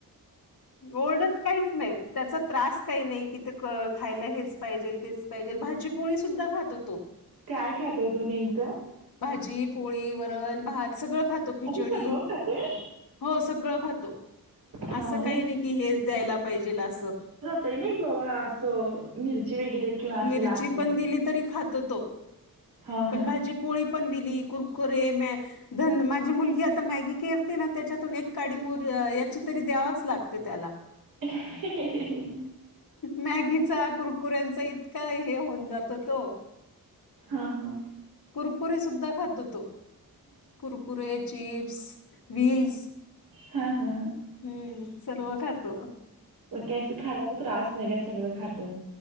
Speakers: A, on the left; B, on the right.
A: ओरडत काहीच नाही. त्याचा त्रास काही नाही. कि ते खायला हेच पाहिजे तेच पाहिजे भाजीपोळी सुद्धा खातो तो.
B: काय खातोय. तो नेमकं?
A: भाजी, पोळी, वरण, भात सगळं खात खिचडी
B: असं सगळं खातोय?
A: हो सगळं खातो.
B: हां,
A: असं
B: हां.
A: काही नाही, की हेच द्यायला पाहिजेल असं.
B: पहिले नाही का, बाबा असं मिरची वगैरे किंवा असं
A: मिरची
B: लागतं.
A: पण दिली तरी खातो तो
B: हां,
A: पण
B: हां.
A: भाजी पोळी पन दिली कुरकुरे म न माझी मुलगी, आता मॅगी करते ना, त्याच्यातून एक काडी मुर याची तरी द्यावाच लागते. लागते त्याला.
B: <inaudible>
A: मॅगीचा, कुरकुऱ्यांचा, इतका हे होऊन जात होतो.
B: हा-हा.
A: कुरकुरी सुद्धा खातो. तो कुरकुरे, चिप्स, व्हील्स.
B: हा- हा- हा.
A: हम्म. सर्व खातो.
B: मग काही असं खाण्याचा त्रास वगैरे सगळं. खातोय?